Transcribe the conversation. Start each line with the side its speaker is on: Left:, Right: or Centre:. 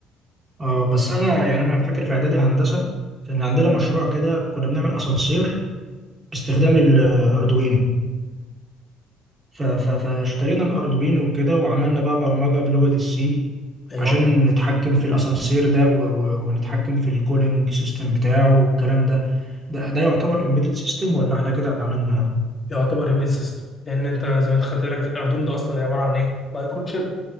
Right: اه بس انا يعني انا فاكر في اعدادي هندسه كان عندنا مشروع كده كنا بنعمل اسانسير باستخدام الاردوينو ف- ف- فاشترينا الاردوينو وكده وعملنا بقى برمجه بلغه السي
Left: ايوه
Right: عشان نتحكم في الاسانسير ده و- و- ونتحكم في الكولينج سيستم بتاعه والكلام ده ده, ده يعتبر امبيدد سيستم ولا احنا كده عملنا
Left: يعتبر امبيد سيستم لان انت زي ما انت خدت بالك الاردوينو ده اصلا عباره عن ايه مايكرو تشيب